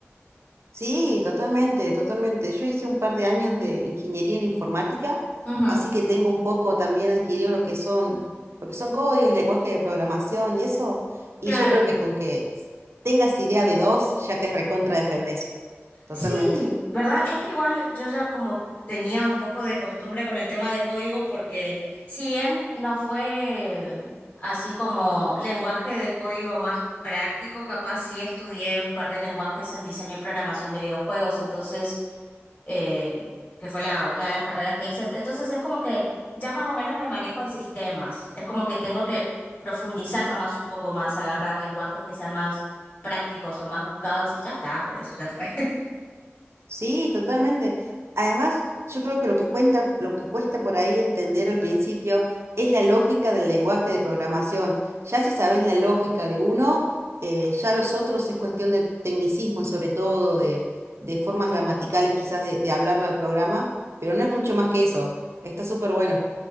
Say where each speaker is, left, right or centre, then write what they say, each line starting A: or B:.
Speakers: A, on the right; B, on the left.
A: Sí, totalmente, totalmente. Yo hice un par de años de ingeniería en informática,
B: Ujú,
A: así que tengo un poco también adquirido lo que son, lo que son códigos, lenguaje de programación y eso. Y
B: claro.
A: yo creo que con que tengas idea de dos, ya te recontra defendés. Totalmente.
B: Sí, ¿verdad? Es que igual yo ya como tenía un poco de costumbre con el tema de código porque si bien no fue así como lenguaje de código más práctico, capaz sí estudié un par de lenguajes en diseño y programación de videojuegos, entonces, eh, que fue la, una de las carreras que hice. Entonces es como que ya más o menos me manejo en sistemas, es como que tengo que profundizar nomás un poco más, agarrar lenguajes que sean más prácticos o más buscados y ya está, con eso ya fue.
A: Sí, totalmente. Además, yo creo que lo que cuenta, lo que cuesta por ahí entender al principio es la lógica del lenguaje de programación. Ya si sabes la lógica de uno, eh, ya los otros es cuestión de tecnicismo, sobre todo, de, de formas gramaticales quizás de, de hablarle al programa, pero no es mucho más que eso. Está súper bueno.